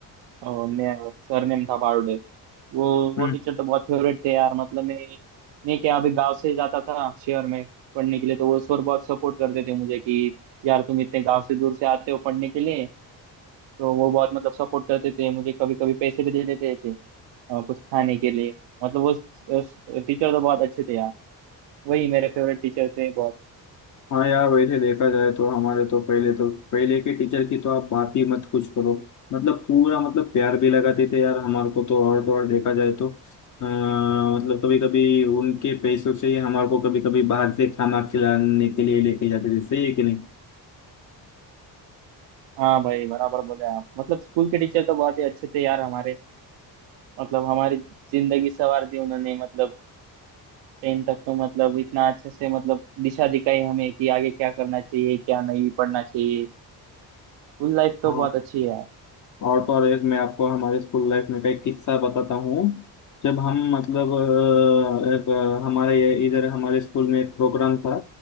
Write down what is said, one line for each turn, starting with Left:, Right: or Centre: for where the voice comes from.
Right: और मैं सर नेम था बारोडे वो वो
Left: हम्म
Right: टीचर तो बहुत फेवरेट थे यार मतलब मैं मैं क्या अभी गांव से जाता था शहर में पढ़ने के लिए तो वो सर बहुत सपोर्ट करते थे मुझे कि यार तुम इतने गांव से दूर से आते हो पढ़ने के लिए तो वो बहुत मतलब सपोर्ट करते थे मुझे कभी कभी पैसे भी दे देते थे अ, कुछ खाने के लिए मतलब वो टीचर तो बहुत अच्छे थे यार वही मेरे फेवरेट टीचर थे बहुत
Left: हाँ यार वैसे देखा जाए तो हमारे तो पहले तो पहले के टीचर की तो आप बात ही मत कुछ करो मतलब पूरा मतलब प्यार भी लगाते थे यार हमारे को तो और तो और देखा जाए तो अ, मतलब कभी कभी उनके पैसों से ही हमारे को कभी कभी बाहर से खाना खिलाने के लिए लेके जाते थे सही है कि नहीं
Right: हाँ भाई बराबर बोले आप मतलब स्कूल के टीचर तो बहुत ही अच्छे थे यार हमारे मतलब हमारी जिंदगी संवार दी उन्होंने मतलब टेन तक तो मतलब इतना अच्छे से मतलब दिशा दिखाई हमें कि आगे क्या करना चाहिए क्या नहीं पढ़ना चाहिए स्कूल लाइफ तो
Left: हाँ
Right: बहुत अच्छी है यार
Left: और तो और एक मैं आपको हमारे स्कूल लाइफ में का एक किस्सा बताता हूँ जब हम मतलब अ, एक अ, हमारे ये- इधर हमारे स्कूल में एक प्रोग्राम था